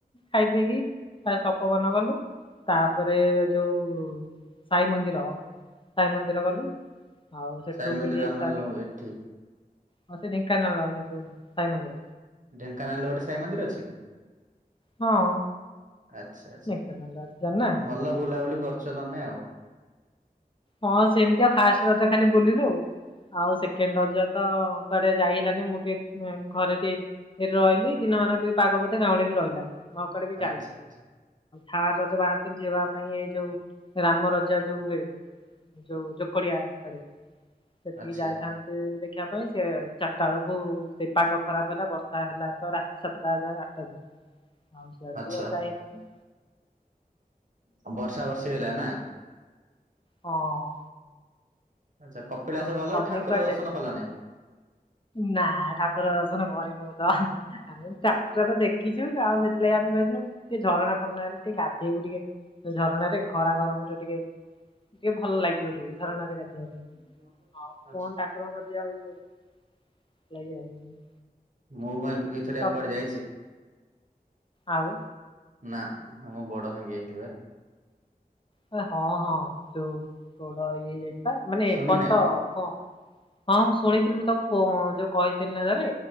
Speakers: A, on the left; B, on the right.
A: ଖାଇ ପିଇକି ତପବନ ଗଲୁ। ତାପରେ ଯୋଉ ସାଇ ମନ୍ଦିର ସାଇ ମନ୍ଦିର ଗଲୁ। ଆଉ ସେଠୁ
B: ସାଇ ମନ୍ଦିର
A: ବୁଲି ଯାଇ
B: ଆମ
A: ସାରିକି
B: ଯୋଉ ଏଠି
A: ଆଉ ସେ ଢେଙ୍କାନଳ ସେଠୁ ସାଇ ମନ୍ଦିର।
B: ଢେଙ୍କାନାଳ ରେ ଗୋଟେ ସାଇ ମନ୍ଦିର ଅଛି?
A: ହଁ
B: ଆଛା ଆଛା
A: ଢେଙ୍କାନାଳ ଅଛି ଜାଣିନା
B: ଭଲ ବୁଲାବୁଲି କରୁଛ ତମେ ଆଉ।
A: ହଁ ସେମିତି ଆଉ ଫାଷ୍ଟ ରଜ ଖାଲି ବୁଲିଲୁ। ଆଉ ସେକେଣ୍ଡ ରଜ ତ କୁଆଡେ ଯାଇ ହେଲାନି ମୁଁ ଟିକେ ଘରେ ଟିକେ ଏଠ ରହିଲି ଦିନମାନ ବି ପାଗ ବୋଧେ ଗାଁଉଳେଇକି ରହିଲା ମୁଁ ଆଉ କଆଡେ ବି
B: ଆଚ୍ଛା
A: ଯାଇ
B: ଆଚ୍ଛା
A: ଥାର୍ଡ ରଜ ବାହାରିଥିଲୁ ଯିବା ପାଇଁ ଏଇ ଯୋଉ ରାମ ରଜା ଯୋଉ ହୁଏ। ଯୋଉ ଯୋକଡିଆ ଆଡେ ସେଠିକି
B: ଆଚ୍ଛା।
A: ଯାଇଥାନ୍ତୁ ଦେଖିବା ପାଇଁ ସେ ତ ବେଳକୁ ସେଇ ପାଗ ଖରାପ ହେଲା ବର୍ଷା ହେଲା ତ ରାତି ସାତଟା ଯାଏ ଆଠଟା ଯାଏ। ଆଉ ସିଆଡେ
B: ଆଚ୍ଛା
A: ବି ଆଉ ଯାଇହେଲାନି।
B: ବର୍ଷା ବର୍ଷି ହେଲା ନା।
A: ହଁ।
B: ଆଚ୍ଛା କପିଳାସ
A: ଆଉ
B: ଗଲ
A: ତମେ
B: ଠାକୁର
A: କୁଆଡେ
B: ଦର୍ଶନ
A: ଯାଇଥିଲ?
B: କଲ ନାଇଁ।
A: ନା ଠାକୁର ଦର୍ଶନ କରିନୁ ତ। ଆମେ ଠାକୁର ତ ଦେଖିଚୁ ଆଉ ସେଥିଲାଗି ଆମେ କହିଥିଲୁ ଟିକେ ଝରଣା ଫରଣା ହେଲେ ଟିକେ ଗାଧେଇବୁ ଟିକେ ତ ଝରଣାରେ ଖରା ଗରମରେ ଟିକେ ଟିକେ ଭଲ ଲାଗିବ ଟିକେ ଝରଣାରେ ଗାଧେଇବା <unintelligible>
B: <unintelligible>
A: <unintelligible>
B: ଆଚ୍ଛା ମୁଁ କଣ <unintelligible>
A: ତ
B: କୁଆଡେ ଯାଇଛି।
A: ଆଉ।
B: ନା <unintelligible> ଗୋଡୋ ଭାଙ୍ଗି ଯାଇଛି ପା।
A: <unintelligible> ହଁ ହଁ ଯୋଉ ଗୋଡ ଇଏ ହେଇଯାଇଚି ପା ମାନେ
B: ଶୁଣିନା
A: ଏପର୍ଯ୍ୟନ୍ତ କଁ ହଁ ମୁଁ ଶୁଣଣିଥିଲି ମୁଁ ତମକୁ ଫୋ ଯୋଉ କହିଥିଲି ନା ଥରେ